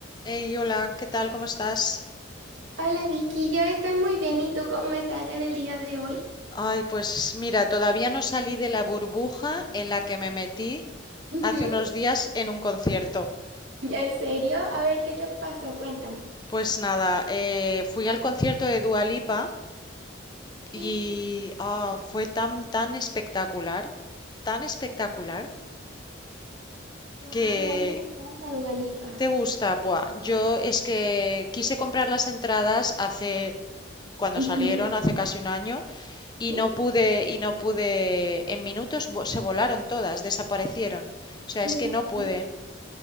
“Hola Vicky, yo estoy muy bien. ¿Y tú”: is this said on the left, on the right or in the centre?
Right